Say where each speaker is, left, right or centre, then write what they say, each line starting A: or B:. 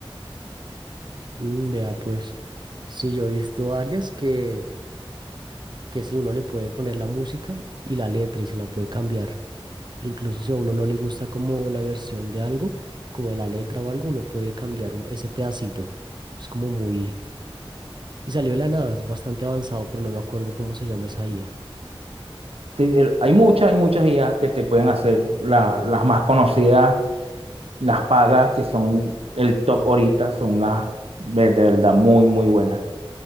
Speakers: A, on the right; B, on the right.
A: Mm, vea, pues, sí, yo he visto varias que, que sí, uno le puede poner la música y la letra y se la puede cambiar. Incluso si a uno no le gusta como la versión de algo, como de la letra o algo, uno puede cambiar un- ese pedacito. Es como muy... Y salió de la nada, es bastante avanzado, pero no me acuerdo cómo se llama esa IA.
B: Sí, el- hay muchas, hay muchas IA que te pueden hacer. La- las más conocidas, las pagas, que son el top ahorita, son las de, de verdad muy, muy buenas.